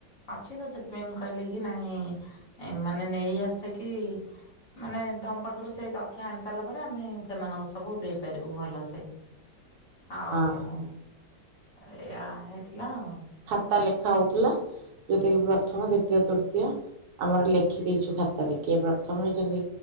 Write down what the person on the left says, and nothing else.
ଅଛି ତ ସେଥିପାଇଁ ମୁ କହିଲେ କି ନାଇଁ ମାନେ ନେଇ ଆସେ କି ମାନେ ତମ ପାଖରୁ ସେଇ ତଥ୍ୟ ଆଣି ସାରିଲା ପରେ ଆମେ ସେମାନଙ୍କୁ ସବୁ ଦେଇପାରିବୁ ଭଲ ସେ ଆଉ
ଏଇୟଆ ହେଇଥିଲା ଆଉ